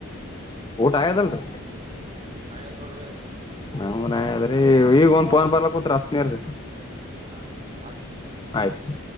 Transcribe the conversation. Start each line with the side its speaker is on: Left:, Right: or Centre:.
Left: ಊಟ ಆಗ್ಯದಲ್ರಿ
Right: ಆಗಂಡ ನೋಡ್ರಿ
Left: ನಮನ ಅದ್ರೀ ಈಗ ಒಂದ್ ಫೋನ್ ಬರ್ಲ ಕೂತ್ ಅಸನರ್ರಿ.
Right: ಹಾ ಆತ
Left: ಆಯ್ತ.